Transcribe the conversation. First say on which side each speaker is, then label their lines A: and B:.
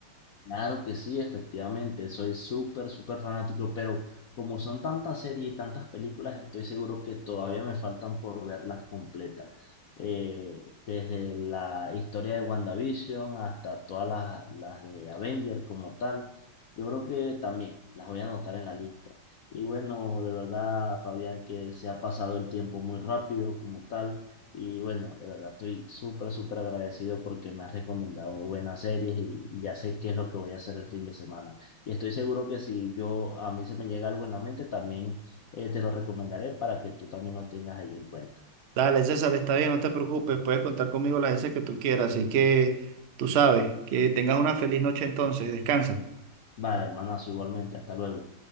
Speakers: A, on the left; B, on the right.
A: Claro que sí, efectivamente, soy súper, súper fanático, pero como son tantas series y tantas películas, estoy seguro que todavía me faltan por verlas completas. Eh, desde la historia de WandaVision hasta todas las, las de Avenger como tal, yo creo que también las voy a anotar en la lista. Y bueno, de verdad, Fabián, que se ha pasado el tiempo muy rápido como tal. Y bueno, de verdad estoy súper, súper agradecido porque me has recomendado buenas series y ya sé qué es lo que voy a hacer el fin de semana. Y estoy seguro que si yo a mí se me llega algo en la mente, también eh, te lo recomendaré para que tú también lo tengas ahí en cuenta.
B: Dale, César, está bien, no te preocupes, puedes contar conmigo las veces que tú quieras, así que tú sabes, que tengas una feliz noche entonces, descansa.
A: Vale, hermanazo, igualmente, hasta luego.